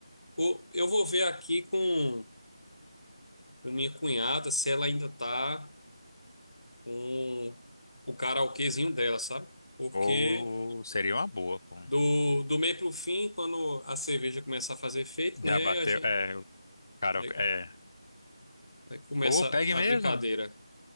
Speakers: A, on the left; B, on the left.
A: Ou eu vou ver aqui com com minha cunhada se ela ainda tá... com o karaokezinho dela, sabe? Porque
B: Ou seria uma boa, pô.
A: do, do meio pro fim, quando a cerveja começa a fazer efeito,
B: Já
A: né?
B: bateu.
A: A gente,
B: É, o cara,
A: aí,
B: é.
A: aí começa
B: Pô, pegue
A: a
B: mesmo.
A: brincadeira.